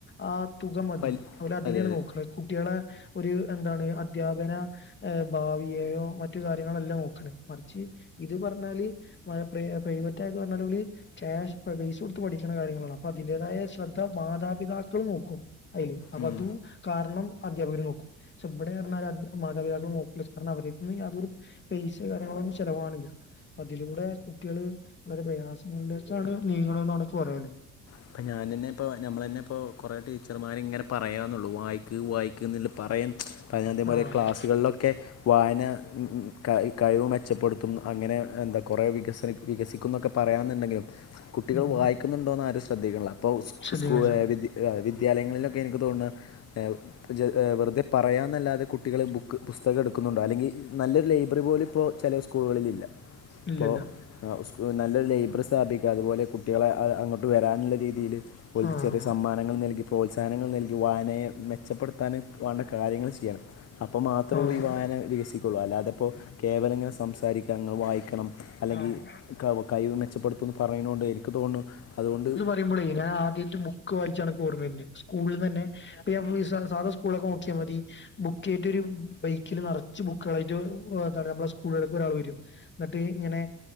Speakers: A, on the left (about 35°); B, on the left (about 50°).
A: ആ തുക മതി
B: പൽ
A: ഓല് അതിനെയാണ്
B: അതെ അതെ
A: നോക്കുന്നത് കുട്ടികളെ ഒരു എന്താണ് അദ്ധ്യാപന ഭാവിയെയോ മറ്റു കാര്യങ്ങളെല്ലാം നോക്കണ് മറിച്ച് ഇത് പറഞ്ഞാല് പ്രൈ പ്രൈവറ്റായത് പറഞ്ഞാല് ഓല് കേഷ് പെയ്സ കൊട്ത്ത് പഠിക്ക്ണ കാര്യങ്ങളാണ് അപ്പൊ അതിന്റേതായ ശ്രദ്ധ മാതാപിതാക്കള് നോക്കും അയ്ല് അപ്പതു
B: ഉം.
A: കാരണം അധ്യാപകര് നോക്കും പക്ഷെ ബ്ടെർഞ്ഞാല് മാതാപിതാക്കള് നോക്കൂല കാരണം അവരെട്ത്ത്ന്ന് യാതൊരു പൈസ കാര്യങ്ങളൊന്നും ചെലവാണ്ല്ല അതിലൂടെ കുട്ട്യേള് വളരെ പ്രയാസങ്ങളിലേക്കാണ് നീങ്ങ്ണെന്നാണ്ക്ക്‌ പറ്യാലെ
B: ഇപ്പൊ ഞാനെന്നെപ്പോ ഞമ്മളെന്നെപ്പോ കൊറേ ടീച്ചർമാര്‌ ഇങ്ങനെ പറയാന്ന്ള്ളൂ വായിക്ക് വായിക്ക് ന്ന്ല്ല പറയ <unintelligible> അതിനതേം പോലെ
A: ആഹ്
B: ക്ലാസ്സുകളിലൊക്കെ വായന ക കഴിവു മെച്ചപ്പെടുത്തും അങ്ങനെ എന്താ കൊറേ വികസന വികസിക്കുംന്നൊക്കെ പറയണംന്ന്ണ്ടെങ്കിലും കുട്ടികൾ
A: ഉം
B: വായിക്ക്ന്ന്ണ്ടോന്ന് ആരും ശ്രദ്ധിക്ക്ണ്ല അപ്പൊ സ്കൂ
A: ശ്രദ്ധിക്കല
B: സ്കൂ വെ വി വിദ്യാലയങ്ങളില ക്കെ എനിക്ക് തോണെ ഏ ജ ഏ വെർതേ പറയാന്നല്ലാതെ കുട്ടികള് ബുക്ക് പുസ്തകം എട്ക്കുന്നുണ്ടോ അല്ലെങ്കി നല്ലൊരു ലൈബ്രറി പോലുപ്പോ ചെലെ സ്കൂളുകളിലില്ല
A: ഇല്ലല്ല
B: അപ്പോ സ് നല്ലൊരു ലൈബ്രറി സ്ഥാപിക്ക അത്പോലെ കുട്ടികളെ അ അങ്ങോട്ട് വരാ ൻള്ള രീതിയില് നൽക്ക്
A: ആഹ്
B: ചെറ്യേ സമ്മാനങ്ങൾ നൽകി പ്രോത്സാഹനങ്ങൾ നൽകി വായനയെ മെച്ചപ്പെടുത്താന് വാണ്ട കാര്യങ്ങള് ചെയ്യണം അപ്പം മാത്രാെള്ളൂ
A: ആഹ്
B: ഈ വായന വികസിക്കുള്ളൂ അല്ലാതെ പ്പോ കേവലങ്ങനെ സംസാരിക്കാ ങ്ങള് വായിക്കണം അല്ലെങ്കിൽ
A: ആഹ്
B: ക കയ്‌വ് മെച്ചപ്പെട്ത്തൂന്ന് പറയ്ണോണ്ടേയ്ര് ക്ക് തോൺണു അത്കൊണ്ട്
A: പറയ്പളേ ഞാനാദ്യായിട്ട് ബുക്ക് വായിച്ചാ അണക്ക് ഓർമ്മ വര്ന്നെ സ്കൂൾന്നന്നെ പ്പ ഞമ്മളീ സ സാദാ സ്കൂൾലൊക്കെ നോക്കിയാ മതി ബുക്കായ്റ്റൊരു ബൈക്കല് നെ ർച്ച് ബുക്കളായിട്ട് ഒ ന്താറയ നമ്മളെ സ്കൂൾകൾലേക്കൊരാള് വരും ന്നട്ട് ഇങ്ങനെ